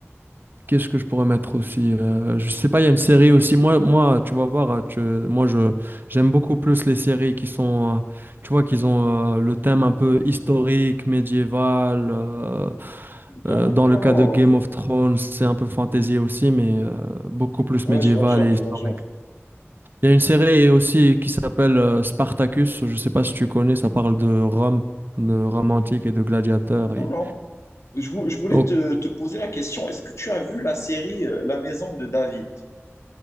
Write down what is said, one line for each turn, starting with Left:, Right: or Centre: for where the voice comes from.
Right: Qu'est-ce que je pourrais mettre aussi? Euh, je sais pas, il y a une série aussi. Moi, moi, tu vas voir, hein, tu- moi je j'aime beaucoup plus les séries qui sont, euh, tu vois, qu'ils ont euh, le thème un peu historique, médiéval. euh,
Left: d'accord.
Right: euh, dans le cas de Game of Thrones, c'est un peu fantasy aussi, mais euh, beaucoup plus
Left: Ouais,
Right: médiéval
Left: je vois le genre,
Right: et
Left: je
Right: historique.
Left: vois le genre.
Right: Il y a une série aussi qui s'appelle euh, Spartacus. Je ne sais pas si tu connais, ça parle de Rome, de Rome antique et de gladiateurs.
Left: Non,
Right: Et...
Left: non. Je, vou- je voulais
Right: Oh,
Left: te, te poser la question, est-ce que tu as vu la série euh, La Maison de David?